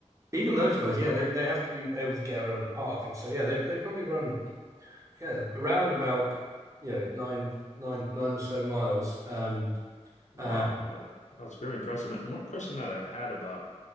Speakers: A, on the right (about 25°); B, on the left (about 75°).
A: Even those guys, yeah, they, they have to be able to get around the park, and so yeah, they they probably run yeah around about you know nine nine nine or so miles. Um,
B: Wow,
A: uh,
B: that- that's very impressive. And one question that I've had about